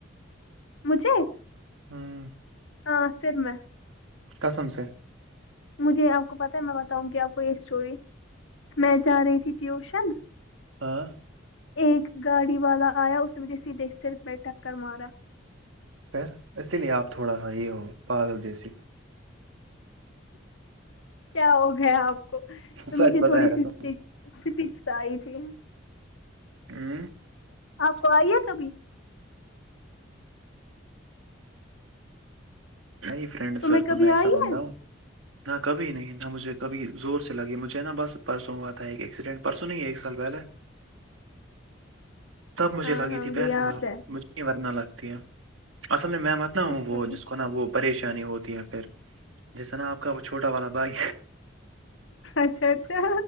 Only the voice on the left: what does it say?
مجھے
ہاں سر میںا
مجھے آپ کو پتاہ ہے میں بتاؤں کہ آپ کو یہ اسٹوری میں جا رہی تھی ٹیوشن
ایک گاڑی والا آیا اس نے مجھے سیدھے ستر بیٹک کر مارا
کیا ہو گیا آپ کو پ
مجھے
تھوڑی
سی
اسٹیج اس کے پیچ سے آئی تھی
آپ کو آئیے کبھی
تمہیں
کبھی
آئی
ہے
ہاں
ہاں
مجھے
یاد
ہے
اچھا
اچھا
اچھا اچھا